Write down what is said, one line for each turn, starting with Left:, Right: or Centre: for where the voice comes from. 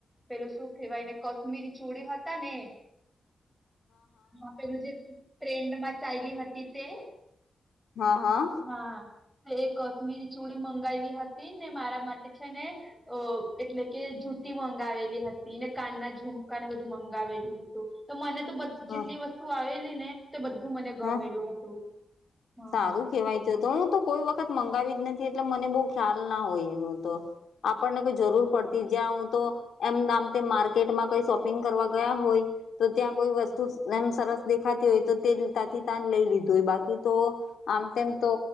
Centre: પેલું શું કહેવાયને કશ્મીરી ચૂડી હતા ને એ. હા. પેલું જે ટ્રેન્ડમાં ચાયલી હતી તે?
Left: હા હા.
Centre: હા એ કશ્મીરી ચૂડી મંગાયવી હતી ને મારા માટે છેને અ એટલે કે જૂતી મંગાવેલી હતી ને કાનના ઝુમકાને બધું મંગાવેલું હતું. તો મને તો બધ
Left: હા
Centre: જેટલી વસ્તુ આવેલી ને તે બધું મને ગમેલું
Left: હ હ
Centre: હતું. હા
Left: સારું કેવાય તે. તો હું તો કોઈ વખત મંગાવી જ નથી એટલે મને બહુ ખ્યાલ ના હોય એનું તો. આપણને કોઈ જરૂર પડતી જ્યાં હું તો એમ આમતેમ માર્કેટમાં કઈ શોપિંગ કરવા ગયા હોય તો ત્યાં કોઈ વસ્તુ એમ સરસ દેખાતી હોય તો તે તાંથી તાંજ લઈ લીધું હોય બાકી તો આમ તેમ તો